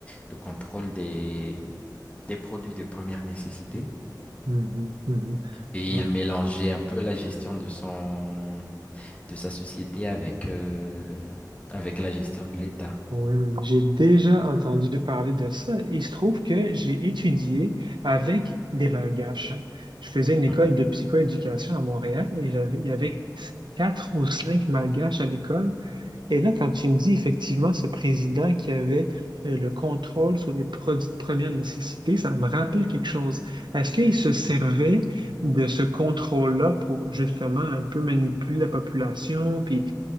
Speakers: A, on the left; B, on the right.
A: le contrôle des, des produits de première nécessité
B: Mhm. Mhm. Mhm.
A: et
B: Ouais.
A: il mélangeait un peu la gestion de son, de sa société avec, euh, avec la gestion de l'État.
B: Oui, oui, oui. J'ai déjà entendu parler de ça. Il se trouve que j'ai étudié avec des Malgaches. Je faisais une école
A: Mhm,
B: de psychoéducation à Montréal et j'avais, il y avait quatre ou cinq Malgaches à l'école. Et là, quand tu me dis effectivement ce président qui avait euh, le contrôle sur les produits de première nécessité, ça me rappelle quelque chose. Est-ce qu'il se servait
A: mhm.
B: de ce contrôle-là pour justement un peu manipuler la population? Puis,